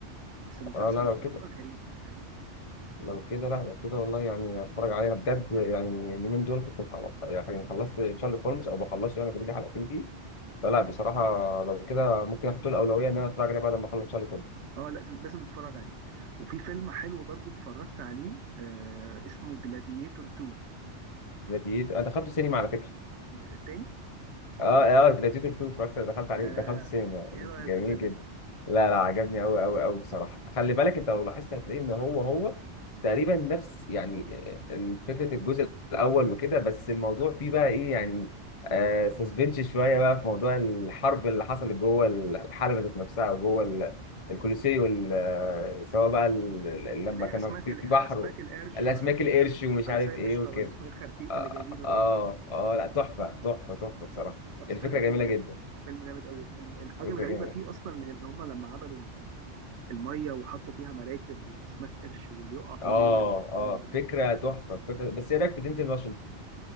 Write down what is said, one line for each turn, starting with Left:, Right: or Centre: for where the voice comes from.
Right: بس مسلسل
Left: اه لا
Right: الصراحه
Left: لو كده
Right: غريب غريب
Left: لو كده لا لو كده والله يعني اتفرج عليه انا بجد يعني اليومين دول كنت بخلص يعني خلصت تشارلي هولمز او بخلصه يعني كنت لي حلقتين فيه فلا بصراحه لو كده ممكن احط له الاولويه ان انا اتفرج عليه بعد ما اخلص تشارلي هولمز
Right: اه لازم لازم نتفرج عليه وفي فيلم حلو برضو اتفرجت عليه آه اسمه جلاديتور 2
Left: جلاديتور انا دخلته سينما على فكره
Right: التاني
Left: اه اه جلاديتور 2 اتفرجت دخلت عليه
Right: آه
Left: دخلت سينما
Right: ايه رأيك
Left: جميل
Right: في الفيلم
Left: جدا
Right: ده
Left: لا لا عجبني قوي قوي قوي بصراحه خلي بالك انت لو لاحظت هتلاقي ان هو هو تقريبا نفس يعني آه، فكره الجزء الاول وكده بس الموضوع فيه بقى ايه يعني آه سسبنش شويه بقى في موضوع الحرب اللي حصلت جوه الحلبه ذات نفسها وجوه ال- الكولوسيو ال- آه، سواء بقى ال- ال- لما
Right: اللي هي
Left: كانوا
Right: اسماك
Left: في
Right: ال- آه،
Left: بحر
Right: اسماك القرش
Left: الاسماك
Right: على ال...
Left: القرش ومش
Right: على
Left: عارف
Right: سايب
Left: ايه
Right: قشطه
Left: وكده
Right: ولا اسمه ايه الخرتيت
Left: اه
Right: اللي جايبينه ده
Left: اه آه، لا تحفه تحفه تحفه بصراحه
Right: آه، بس
Left: الفكره
Right: فيلم فيلم
Left: جميله
Right: جامد
Left: جدا
Right: فيلم جامد قوي ال- الحاجه
Left: فكره
Right: الغريبه
Left: جميله
Right: فيه اصلا ان اللي هم لما عملوا ال- الميه وحطوا فيها مراكب واسماك قرش واللي يقع في
Left: اه
Right: الميه
Left: اه
Right: اه
Left: فكره تحفه فكره بس ايه رايك في دينزل واشنطن